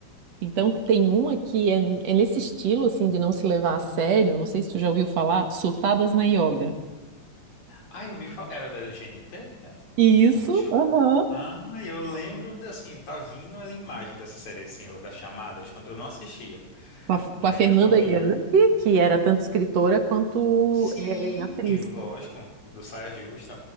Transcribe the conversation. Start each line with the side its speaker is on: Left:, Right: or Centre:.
Right: Então tem uma que é, é nesse estilo assim de não se levar a sério. Não sei se tu já ouviu falar, Surtadas na Yoga.
Left: Ah, eu vi, fa- era da GNT? É?
Right: Isso,
Left: O Multishow?
Right: aham.
Left: Ah, eu lembro, de, assim, tá vindo a imagem dessa série, assim, ou da chamada, acho que eu eu não assistia,
Right: Com a,
Left: mas
Right: com a Fernanda
Left: eu tô vindo.
Right: Young, que era tanto escritora quanto
Left: Sim,
Right: é, atriz.
Left: lógico. Do Saia Justa.